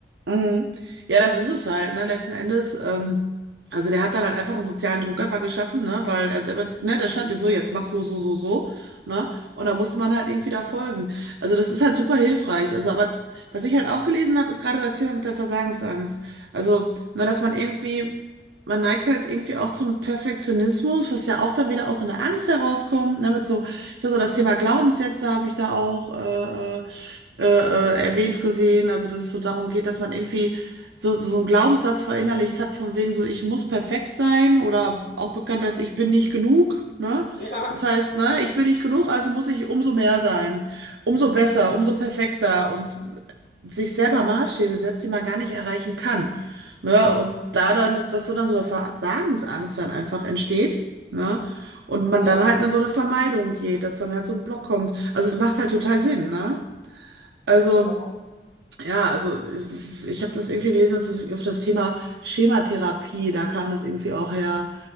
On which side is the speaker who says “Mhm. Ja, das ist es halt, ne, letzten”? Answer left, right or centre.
Right